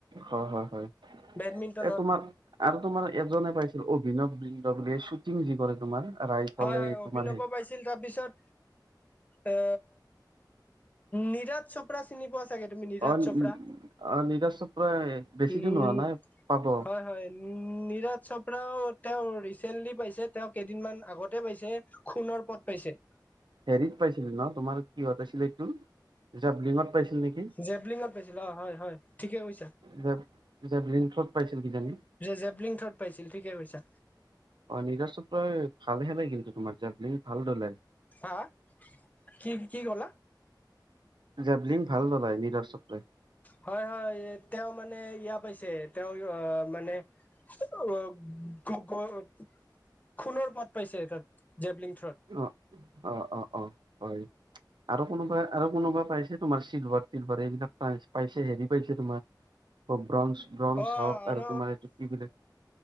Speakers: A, on the right; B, on the left.
A: হয়, হয়, হয়,
B: বেডমিন্টনত
A: এই তোমাৰ আৰু তোমাৰ এজনে পাইছিল অভিনৱ বিন্দ বুলি শ্বুটিং যে কৰে তোমাৰ। ৰাইফলে
B: হয় হয় অভিনৱ
A: তোমাৰ হেৰি
B: পাইছিল তাৰপিছত এ নিৰাজ চৌপ ৰা চিনি পোৱা চাগে তুমি নিৰাজ
A: অ
B: চৌপ্ৰা
A: অ নীৰজ চোপ্ৰা বেছি
B: উম
A: দিন হোৱা নাই পাব
B: হয় হয়। উম, নিৰাজ চৌপৰাও তেওঁ ৰিচেণ্টলি পাইছে তেওঁ কেইদিনমান আগতে পাইছে সোণৰ পদ পাইছে।
A: হেৰিত পাইছিলি ন, তোমাৰ কিহত আছিল, এইটো জেবলিং ত পাইছিল নেকি?
B: জেবলিঙত পাইছিল, অ, হয়, হয়, ঠিকে কৈছা।
A: যেপ জেপলিংকত পাইছিল কিজানি!
B: জেবলিং থত পাইছিল, ঠিকে কৈছা।
A: অ, নিৰা <unintelligible> ভাল খেলে কিন্তু তোমাৰ জ ভাল ধলে।
B: হা! হা! কি কি ক'লা?
A: জেবলিং ভাল দলাই নিৰজ চক্ৰই।
B: হয়, হয়, তেওঁ মানে এয়া পাইছে, তেওঁ আহ মানে অঁ, <unintelligible> খুণৰ পদ পাইছে তাত জেবলিং থ্ৰত।
A: অ, অ, অ, অ, হয়। আৰু কোনোবা আৰু কোনোবা তোমাৰ চিলভাৰ-টিলভাৰ এইবিলাক পাইছে, পাইছে হেৰি পাইছে তোমাৰ অ, ব্ৰঞ্জ। ব্ৰঞ্জ
B: অঁ <unintelligible>
A: হওক আৰু তোমাৰ এইটো কি বোলে